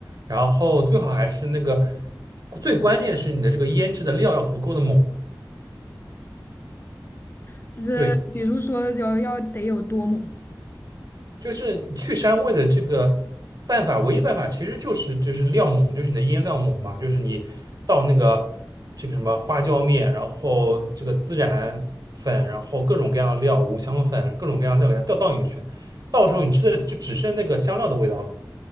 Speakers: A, on the right; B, on the left.
A: 然后最好还是那个最关键是你的这个腌制的料要足够的猛，
B: 就是比如说要要得有多猛？
A: 对，就是去膻味的这个办法，唯一办法其实就是就是料猛，就是你的腌料猛嘛，就是你倒那个这个什么花椒面，然后这个孜然粉，然后各种各样的料，五香粉，各种各样的料给它倒倒进去，到时候你吃的就只剩那个香料的味道了。